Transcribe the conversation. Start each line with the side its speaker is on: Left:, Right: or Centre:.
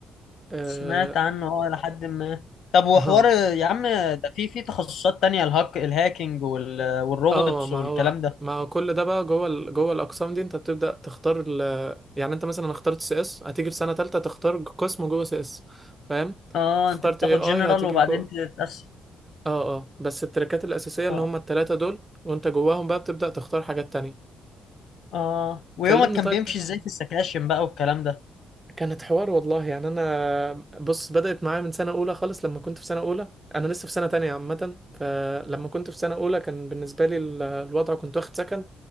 Right: اه
Left: سمعت عنه اه لحد ما طب وحوار
Right: <laughs> اه
Left: يا عم ده في في تخصصات تانية الهاك الهاكينج وال... والروبوتس
Right: آه، ما
Left: والكلام
Right: هو
Left: ده
Right: ما هو كل ده بقى جوه ال... جوه الأقسام دي أنت بتبدأ تختار ال... يعني أنت مثلا اخترت سي إس هتيجي في سنة تالتة تختار قسم جوه سي إس فاهم
Left: اه
Right: اخترت
Left: انت بتاخد
Right: اي آي
Left: جنرال
Right: هتيجي
Left: وبعدين
Right: جوه
Left: تتقسم
Right: اه اه بس التراكات الأساسية اللي
Left: اه
Right: هما التلاتة دول وانت جواهم بقى بتبدأ تختار حاجات تانية
Left: اه ويومك
Right: كلمني
Left: كان
Right: طيب
Left: بيمشي
Right: كده
Left: ازاي
Right: عن
Left: في السكاشن بقى والكلام ده
Right: كانت حوار والله يعني انا بص بدأت معايا من سنة أولى خالص لما كنت في سنة أولى انا لسه في سنة تانية عامة فلما كنت في سنة أولى كان بالنسبة لي ال- الوضع كنت واخد سكن